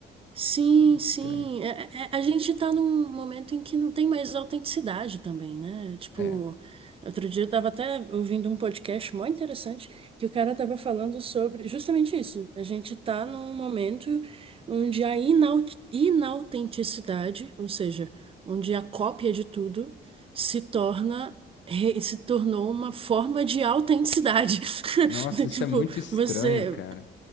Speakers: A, on the right; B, on the left.
A: Sim,
B: Muito
A: sim.
B: estranho.
A: É- é- é, a gente tá num momento em que não tem mais autenticidade também, né? Tipo,
B: É.
A: outro dia eu tava até ouvindo um podcast muito interessante que o cara tava falando sobre justamente isso. A gente tá num momento onde a inaut- inautenticidade, ou seja, onde a cópia de tudo se torna re- se tornou uma forma de autenticidade. <laughs>
B: Nossa, isso
A: Tipo,
B: é muito estranho,
A: você
B: cara.